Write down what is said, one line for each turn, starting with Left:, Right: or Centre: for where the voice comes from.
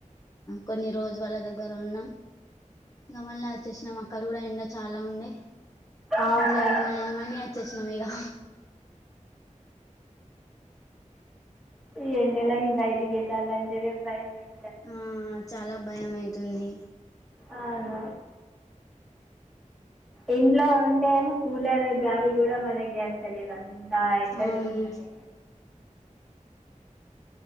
Left: కొన్ని రోజు వాళ్ళ దగ్గర ఉన్నాం ఇంగ మల్లి వచ్చేసినం అక్కడ కుడా ఎండ చాలా ఉండే
Centre: అవును
Left: ఇంట్లోనే నాయమని వచ్చేసినం ఇగా
Centre: ఈ ఎండలకి బయటికివెళ్ళాలంటేనే భయం అయితు
Left: ఆ చాలా భయం అయితుంది
Centre: అవును ఇంట్లో ఉంటే ఏమో కూలర్ గాలి కూడా మనకీ వస్తలేదు బా ఎండాలునై
Left: అవును